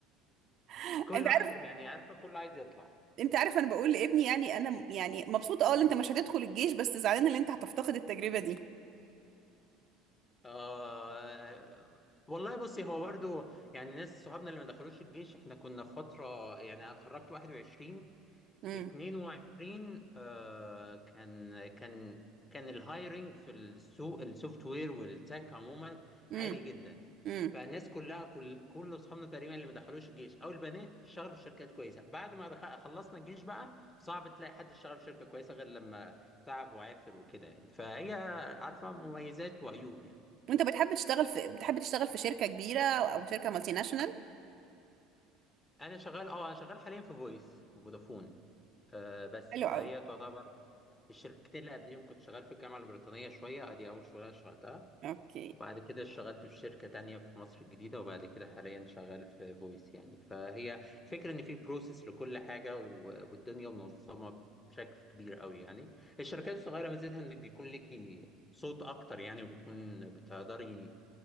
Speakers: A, on the right; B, on the left.
A: <laughs>
B: كله
A: انت عارف
B: عايز يعني عارفه كله عايز يطلع
A: انت عارف انا بقول لابني يعني انا م- يعني مبسوطة اه ان انت مش هتدخل الجيش بس زعلانة ان انت هتفتقد التجربة دي
B: آه والله بصي هو برضو يعني ناس صحابنا اللي ما دخلوش الجيش احنا كنا في فتره يعني انا اتخرجت 21
A: امم
B: 22 آه كان كان كان الهايرنج في السوق السوفت وير والتك عموما
A: امم
B: عالي جدا
A: امم
B: فالناس كلها كل كل اصحابنا تقريبا اللي ما دخلوش الجيش او البنات اشتغلوا في شركات كويسه بعد ما دخل خلصنا الجيش بقى صعب تلاقي حد اشتغل في شركه كويسه غير لما تعب وعافر وكده يعني فهي عارفه مميزات وعيوب يعني
A: وانت بتحب تشتغل في بتحب تشتغل في شركة كبيرة او شركة مالتي ناشونال
B: انا شغال اه انا شغال حاليا في فويس فودافون آه بس
A: حلو
B: فهي
A: قوي
B: تعتبر الشركتين اللي قبليهم كنت شغال في الجامعة البريطانية شوية ادي اول شغلانة اشتغلتها
A: اوكي
B: وبعد كده اشتغلت في شركة تانية في مصر الجديدة وبعد كده حاليا شغال في فويس يعني فهي الفكرة ان في بروسيس لكل حاجة و- والدنيا منظمة بشكل كبير قوي يعني الشركات الصغيرة ميزتها انك بيكون ليكي صوت اكتر يعني وبيكون بتقدري